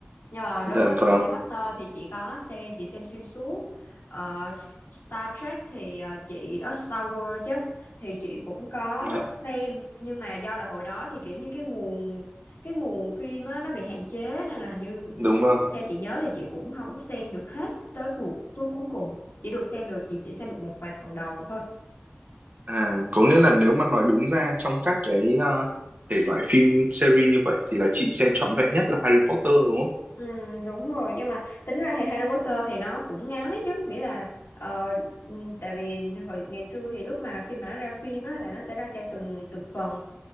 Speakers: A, on the left; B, on the right.
A: nhưng mà
B: dạ
A: đối với
B: vâng
A: Harry Potter thì chị có xem chị xem xuyên suốt Ờ, Star Trek thì ờ, chị ở Star Wars chứ thì chị cũng có
B: dạ
A: xem nhưng mà do là hồi đó thì kiểu như cái nguồn cái nguồn phim á, nó bị hạn chế nên là hình như
B: đúng rồi
A: theo chị nhớ thì chị cũng không xem được hết tới cuộc tới cuối cùng chỉ được xem được chị chỉ xem được một vài phần đầu thôi
B: à có nghĩa là nếu mà nói đúng ra trong các cái ờ, thể loại phim series như vậy thì là chị xem trọn vẹn nhất là Harry Potter đúng không
A: Ừ, đúng rồi nhưng mà tính ra thì Harry Potter thì nó cũng ngắn ấy chứ nghĩa là ờ, ừ, tại vì hồi ngày xưa thì lúc mà khi mà nó ra phim á là nó sẽ ra theo từng từng phần